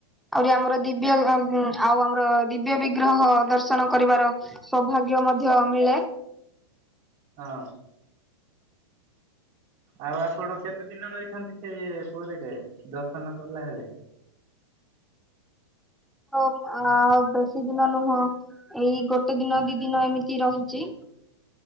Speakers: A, in the centre; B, on the right.
A: ଆହୁରି ଆମର ଦିବ୍ୟ ଏ ଉଁ ଆଉ ଆମର ଦିବ୍ୟ ବିଗ୍ରହ ଦର୍ଶନ କରିବାର ସୌଭାଗ୍ୟ ମଧ୍ୟ ମିଳେ।
B: ଅଁ। ଆଉ ଆପଣ କେତେ ଦିନ ରହିଛନ୍ତି ସେ ପୁରୀରେ ଦର୍ଶନ କଲା ଏଳେ?
A: ଉମ୍ ଆ ବେଶୀ ଦିନ ନୁହଁ ଏଇ ଗୋଟେ ଦିନ ଦି ଦିନ ଏମିତି ରହିଚି।